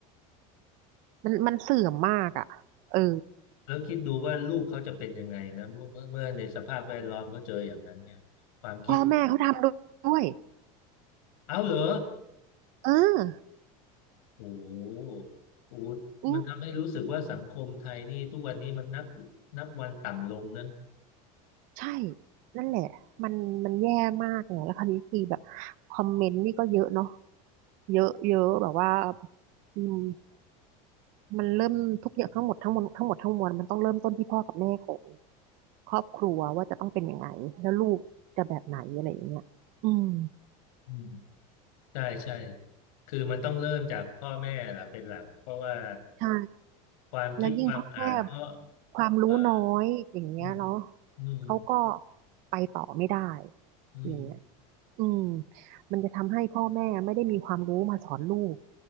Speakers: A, on the right; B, on the left.
A: มันมันเสื่อมมากอะเออ
B: แล้วคิดดูว่าลูกเขาจะเป็นยังไงนะเมื่อเมื่อในสภาพแวดล้อมเขาเจออย่างนั้นเนี่ยความคิด
A: พ่อแม่เขาทำด้วย
B: เอาเหรอ
A: เออ
B: โอ้โหโอ้โหมันทำให้รู้สึกว่าสังคมไทยนี่ทุกวันนี้มันนับ
A: อืม
B: นับวันต่ำลงนะ
A: ใช่ นั่นแหละ มันมันแย่มากเนี่ยแล้วคราวนี้คือแบบคอมเมนต์นี่ก็เยอะเนาะเยอะเยอะแบบว่าอืมมันเริ่มทุกอย่างทั้งหมดทั้งมวลทั้งหมดทั้งมวลมันต้องเริ่มต้นที่พ่อกับแม่ของครอบครัวว่าจะต้องเป็นยังไงแล้วลูกจะแบบไหนอะไรอย่างเงี้ยอืม
B: อืมใช่ใช่คือมันต้องเริ่มจากพ่อแม่ล่ะเป็นหลักเพราะว่า
A: ใช่
B: ความคิดความอ่านก็
A: แล้วยิ่งพ่อแม่ความรู้น้อยอย่างเงี้ยเนาะ
B: เอ่ออืมอืม
A: เขาก็ไปต่อไม่ได้
B: อืม
A: อย่างเงี้ย อืมมันจะทำให้พ่อแม่ไม่ได้มีความรู้มาสอนลูก